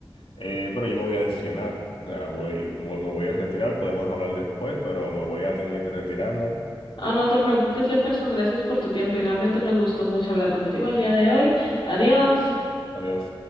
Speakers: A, on the left; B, on the left.
A: Eh, pero yo me voy a decepcionar, o sea, voy, voy- me voy a retirar, podemos hablar después, pero me voy a tener que retirarla.
B: Ah, no te preocupes, Jefferson. Gracias por tu tiempo y realmente me gustó mucho hablar contigo el día de hoy. Adiós.
A: Adiós.